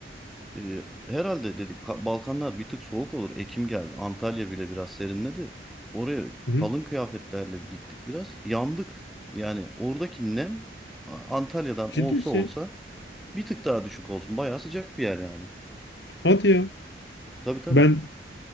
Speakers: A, in the centre; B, on the left.
A: Ee, herhalde dedik Ka- Balkanlar bir tık soğuk olur. Ekim geldi. Antalya bile biraz serinledi. Oraya
B: Hı hı.
A: kalın kıyafetlerle gittik biraz. Yandık. Yani oradaki nem A- Antalya'dan
B: Ciddi
A: olsa
B: misin
A: olsa
B: ya?
A: bir tık daha düşük olsun. Bayağı sıcak bir yer yani.
B: Hadi ya.
A: Tabii tabii.
B: Ben